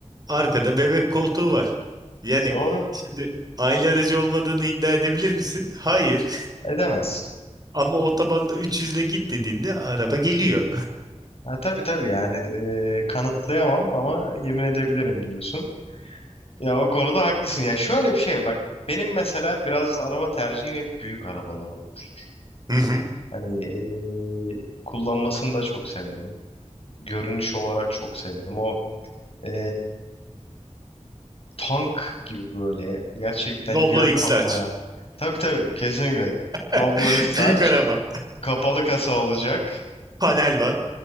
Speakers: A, on the right; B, on the left.
A: Arkada bebek koltuğu var. Yani
B: Doğru
A: şimdi aile aracı olmadığını iddia edebilir misin? Hayır.
B: edemezsin.
A: <laughs> Ama otobanda 300 ile git dediğinde araba geliyor.
B: Ha, tabii tabii yani e, kanıtlayamam ama yemin edebilirim diyorsun. Ya o konuda haklısın. Ya şöyle bir şey bak benim mesela biraz araba tercihim hep büyük arabalar olmuş.
A: Hı hı.
B: Hani e, kullanmasını da çok severim. Görünüş olarak çok severim. O e, tank gibi böyle gerçekten
A: Doblo
B: yer
A: X-Large.
B: kaplayan. Tabii tabii kesinlikle.
A: <laughs>
B: Doblo x
A: Büyük araba.
B: Kapalı kasa olacak.
A: Panel van.